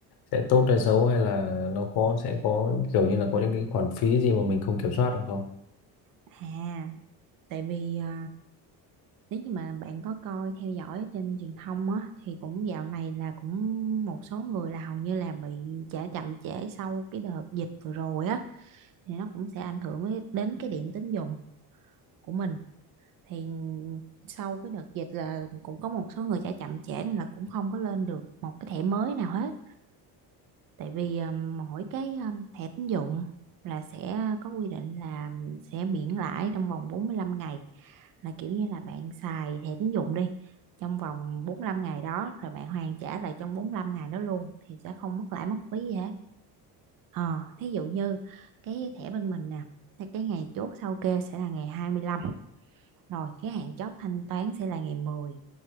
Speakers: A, on the left (about 70°); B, on the right (about 55°).
A: sẽ tốt hay xấu hay là nó có sẽ có kiểu như là có những cái khoản phí gì mà mình không kiểm soát được không?
B: à tại vì ờ, nếu như mà bạn có coi theo dõi ở trên truyền thông á thì cũng dạo này là cũng một số người là hầu như là bị trả chậm trễ sau cái đợt dịch vừa rồi á thì nó cũng sẽ ảnh hưởng với- đến cái điểm tín dụng của mình thì sau cái đợt dịch là cũng có một số người trả chậm trễ nên là cũng không có lên được một cái thẻ mới nào hết tại vì um, mỗi cái um, thẻ tín dụng là sẽ có quy định là sẽ miễn lãi trong vòng 45 ngày là kiểu như là bạn xài thẻ tín dụng đi trong vòng 45 ngày đó rồi bạn hoàn trả lại trong 45 ngày đó luôn thì sẽ không mất lãi mất phí gì hết ờ thí dụ như cái thẻ bên mình nè thì cái ngày chốt sau kê sẽ là ngày 25 rồi cái hạn chót thanh toán sẽ là ngày 10